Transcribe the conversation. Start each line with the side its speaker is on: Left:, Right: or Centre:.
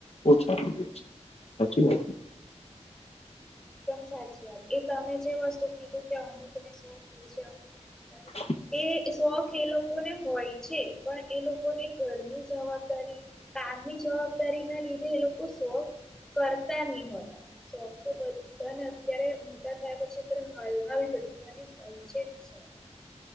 Left: ઓછા થઈ જાય છે સાચી વાત ને.
Centre: એકદમ સાચી વાત એ તમે જે વસ્તુ કીધું કે અમુક ને શોખ હોય છે અમુક ને
Left: <unintelligible>
Centre: એ શોખ એ લોકોને હોય છે પણ એ લોકોને ઘરની જવાબદારી કામની જવાબદારી ના લીધે એ લોકો શોખ કરતા નહી હોતા. શોખ તો બધા પણ અત્યારે મોટા થયા પછી હાલમાં બી બધાને હોય છે જ શોખ.